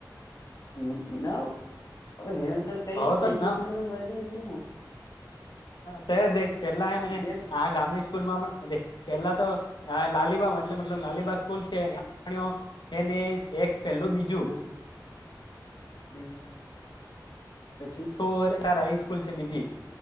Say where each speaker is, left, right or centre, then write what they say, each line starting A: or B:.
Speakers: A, on the left (about 45°); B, on the left (about 80°).
A: હમ નાવેવંત કઈ
B: હો
A: રીતે
B: તો
A: <inaudible> એક
B: નવ
A: એકક ધોર બલી એ દ હ
B: તો દે પેલાને
A: કેમ
B: આ ગામની સ્કૂલમાં પેલા તો લાલીબા મતલબ મતલબ લાલબા સ્કૂલ છે એ એને એક પેલું બીજું
A: હા હમ પછી
B: હાઈ સ્કૂલ છે બીજી